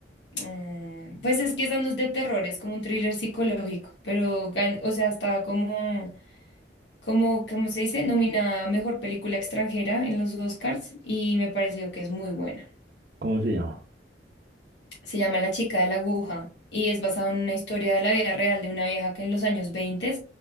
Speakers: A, on the left (about 80°); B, on the right (about 50°).
A: Mm, pues es que esa no es de terror, es como un thriller psicológico, pero, gan- o sea, está como... como, como se dice, nominada a Mejor Película Extranjera en los Oscars y me pareció que es muy buena.
B: ¿Cómo se llama?
A: Se llama La chica de la aguja y es basada en una historia de la vida real de una vieja que en los años 20